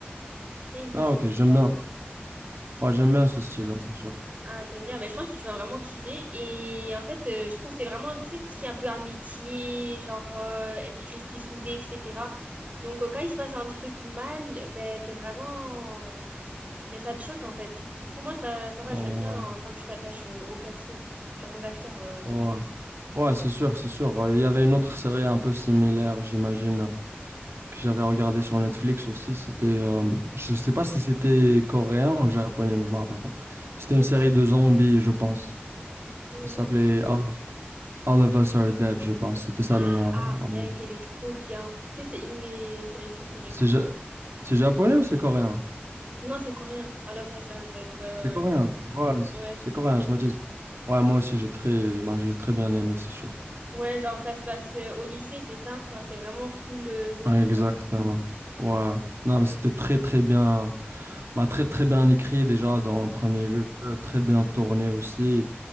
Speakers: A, on the right (about 35°); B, on the right (about 80°).
A: qui est très vite
B: Ah,
A: fait,
B: ok,
A: tu
B: j'aime
A: vois.
B: bien. Ouais, j'aime bien ce style-là, c'est sûr.
A: Ah, t'aimes bien. Ben, je pense que tu vas vraiment kiffer. Et en fait, euh, je trouve que c'est vraiment, tu sais, tout ce qui est un peu amitié, genre euh, être resté soudé, etc. Donc, euh, quand il se passe un truc mal, ben, t'es vraiment... Ben, ça te choque, en fait. Du coup, moi, ça, ça va,
B: Ouais,
A: j'aime bien euh, quand tu t'attaches euh, aux persos, genre aux acteurs, euh, j'ai
B: ouais.
A: envie de... te dire.
B: Ouais, c'est sûr, c'est sûr. Il y avait une autre série un peu similaire, j'imagine. que j'avais regardé sur Netflix aussi, c'était, euh, je sais pas si c'était coréen ou japonais, mais je me rappelle pas. C'était
A: C'est
B: une série
A: quoi?
B: de zombies, je pense.
A: Le
B: Ça s'appelait
A: zombie.
B: All, All of Us Are Dead, je pense. C'était ça
A: Ah,
B: le nom.
A: arrête,
B: en anglais.
A: elle est trop bien. Tu sais, c'est une de mes séries préférées.
B: C'est ja- c'est japonais ou c'est coréen?
A: Non, c'est coréen. All of Us Are Dead, ouais, ouais,
B: C'est coréen. Ouais,
A: ouais. Ouais, c'est
B: c'est coréen,
A: coréen.
B: je me dis. Ouais, moi aussi, j'ai très, ben, j'ai très bien aimé, c'est sûr.
A: Ouais, genre ça se passe euh, au lycée, c'est ça? Genre c'est vraiment full euh, zombie.
B: Ouais, Exactement.
A: genre, c'est, euh,
B: Ouais. Non, mais c'était très, très bien, ben,
A: mm,
B: très, très bien écrit déjà dans un premier lieu, très bien tourné aussi.